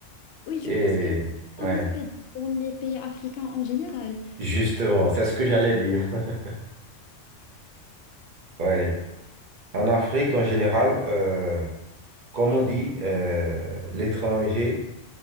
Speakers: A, on the left (about 60°); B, on the right (about 45°).
A: Oui, je
B: Et
A: pense que c'est un
B: ouais,
A: aspect dans les pays africains en général.
B: justement, c'est ce que j'allais dire. <laughs> Ouais. En Afrique, en général, euh, comme on dit, euh, l'étranger,